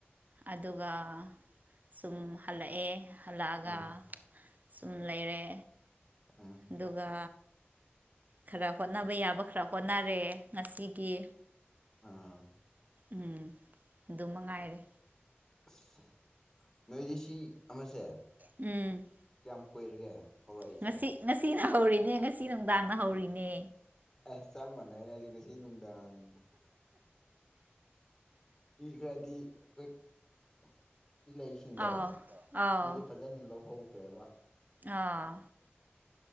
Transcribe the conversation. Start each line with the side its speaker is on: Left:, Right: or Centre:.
Right: ꯑꯗꯨꯒ ꯁꯨꯝ ꯍꯜꯂꯛꯑꯦ ꯍꯜꯂꯛꯑꯒ
Left: ꯑꯥ
Right: ꯁꯨꯝ ꯂꯩꯔꯦ
Left: ꯑꯥ
Right: ꯑꯗꯨꯒ ꯈꯔ ꯍꯣꯠꯅꯕ ꯌꯥꯕ ꯈꯔ ꯍꯣꯠꯅꯔꯦ ꯉꯁꯤꯒꯤ
Left: ꯑꯥ
Right: ꯎꯝ ꯑꯗꯨ ꯃꯉꯥꯏꯔꯦ
Left: ꯑꯁ ꯅꯣꯏꯗꯤ ꯁꯤ ꯑꯃꯁꯦ
Right: ꯎꯝ
Left: ꯀꯌꯥꯝ ꯀꯨꯏꯔꯒꯦ ꯍꯧꯔꯛꯏꯁꯦ
Right: ꯉꯁꯤ ꯉꯁꯤꯅ ꯍꯧꯔꯤꯅꯦ ꯉꯁꯤ ꯅꯨꯡꯗꯥꯡꯅ ꯍꯧꯔꯤꯅꯦ
Left: ꯑꯦ ꯆꯞ ꯃꯥꯟꯅꯩ ꯑꯩꯁꯨ ꯉꯁꯤ ꯅꯨꯡꯗꯥꯡ ꯃꯤ ꯈ꯭ꯔꯗꯤ ꯑꯩꯈꯣꯏ ꯂꯩꯁꯤꯡꯗꯣ
Right: ꯑꯥꯎ ꯑꯥꯎ
Left: ꯃꯣꯏꯗꯤ ꯐꯖ ꯐꯖꯅ ꯂꯧꯍꯧꯈ꯭ꯔꯦꯕ
Right: ꯑꯥ